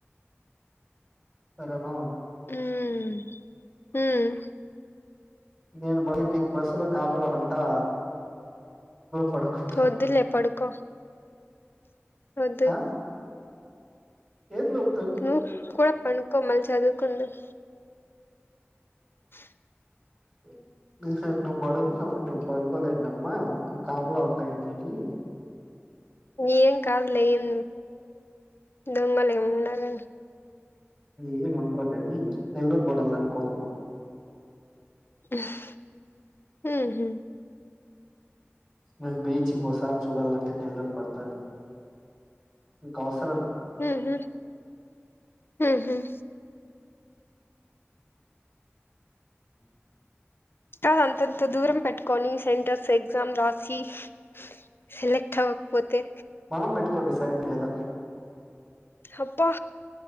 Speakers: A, on the right (about 15°); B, on the left (about 55°).
A: సారేనా.
B: హ్మ్మ్, హ్మ్మ్.
A: నేను బయన్ నీకి, బస్సు లో కాపలా ఉంటా? పడుకుంటా
B: వద్దులే పడుకో. వొద్దు.
A: ఆ ఏం వద్దు
B: నువ్ కూడా, పనుకో మల్ల చదువుకుందువు. <unintelligible>
A: <unintelligible> నిహె, నువ్వు పడుకున్నప్పుడు నేన పడుకోలేనమ్మా. నువ్వు కాపలా ఉంటాయి నకి.
B: ఏం కాదులే ఏం? దొంగలెమ్మ ఉండరే కధా?
A: ఏం ఉండర్ కానీ? నెల్లూరు కూడాలని కోరుకో.
B: ఉహ్, ఉహుం.
A: మేము, బీచ్ ఇంగొసారి చూడాలంటే నెల్లూరు పడుతాది. మీ కాస.
B: ఉహ్, ఉహుం.
A: హ్మ్.
B: కాదు, అంతంత దూరం పెట్టుకొని సెంటర్స్ ఎగ్జామ్ రాసి. <unintelligible> సెలెక్ట్ అవకపోతే?
A: మొంబ్‌ పెట్టుకోండి. సర్ పియదా.
B: హబ్బా!